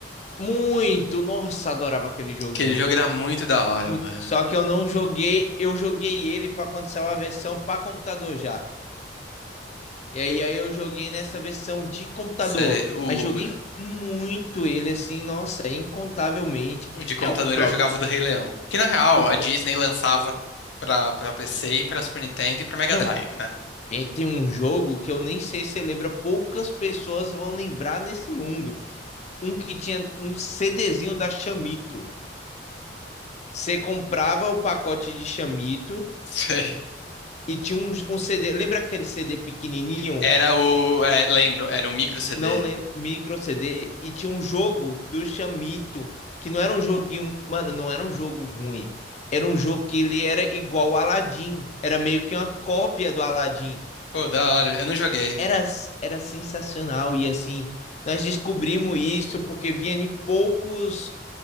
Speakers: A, on the left; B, on the left.
A: Muito, nossa, adorava aquele joguinho.
B: Aquele jogo era muito da hora,
A: Muito.
B: mano.
A: Só que eu não joguei, eu joguei ele para quando saiu a versão para computador já. E aí, aí eu joguei nessa versão de computador,
B: Cê- o,
A: mas joguei muito ele assim, nossa, incontavelmente.
B: o de computador
A: É o próprio,
B: eu jogava o do Rei Leão. Que na real,
A: o
B: a Disney
A: pr-
B: lançava pra, pra PC, e pra Super Nintendo e pra Mega
A: não,
B: Drive, né? <laughs>
A: tem, tem um jogo que eu nem sei se você lembra, poucas pessoas vão lembrar nesse mundo. Um que tinha um CDzinho da Chamito. Você comprava o pacote de Chamito
B: Sei.
A: E tinha um, um CD, lembra aquele CD pequenininho?
B: Era o. é, lembro, era um micro CD.
A: Não lembro, micro CD. E tinha um jogo do Chamito, que não era um joguinho, mano, não era um jogo ruim. Era um jogo que ele era igual ao Aladdin. Era meio que uma cópia do Aladdin.
B: Pô, da hora, eu não joguei.
A: Era, era sensacional. E assim, nós descobrimos isso porque vinha em poucos